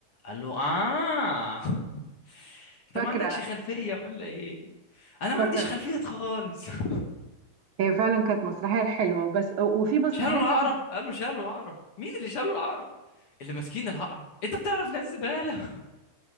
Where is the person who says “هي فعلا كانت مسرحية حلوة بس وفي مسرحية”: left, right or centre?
Right